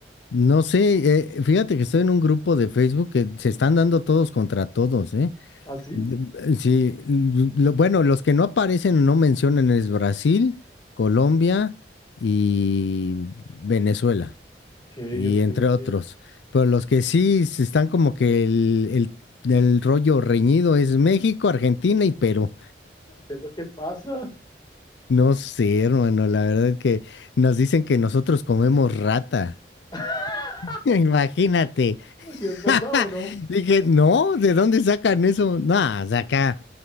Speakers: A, on the left; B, on the left.
A: No sé, eh, fíjate que estoy en un grupo de Facebook que se están dando todos contra todos, ¿eh?
B: ¿Ah, sí?
A: De- eh, Sí, l- lo- bueno, los que no aparecen o no mencionan es Brasil, Colombia y Venezuela.
B: Ok,
A: y
B: ok,
A: entre
B: ok.
A: otros.
B: ¿Qué
A: Pero los que sí se están como que el, el, el rollo reñido es México, Argentina y Perú.
B: es lo que pasa?
A: No sé, hermano, la verdad es que nos dicen que nosotros comemos rata.
B: <laughs>
A: <laughs> Imagínate.
B: ¿Y es verdad
A: <laughs>
B: o no?
A: Dije, no, ¿de dónde sacan eso? No, de acá